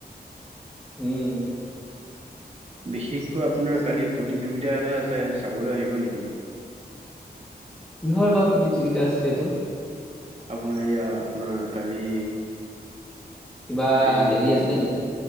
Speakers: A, in the centre; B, on the right (about 40°).
A: উম।
B: বিশেষকৈ আপোনাৰ কালি প্ৰতিযোগিতা এটা আছে। চাবলৈ আহিব নেকি?
A: কিহ'ৰ বা প্ৰতিযোগিতা আছিলে এইটো?
B: আপোনাৰ এইয়া আপোনাৰ কালি
A: কিবা
B: এইটো
A: হেৰি আছিলে নেকি?